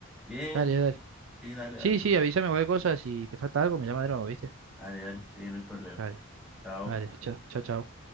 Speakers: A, in the centre; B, on the right.
A: Bien.
B: Dale, dale.
A: Sí, dale,
B: Sí,
A: dale.
B: sí, avísame cualquier cosa. Si te falta algo, me llama de nuevo, ¿viste?
A: Dale, dale. Sí, no hay problema.
B: Dale,
A: Chao.
B: dale. Chao, chao, chao.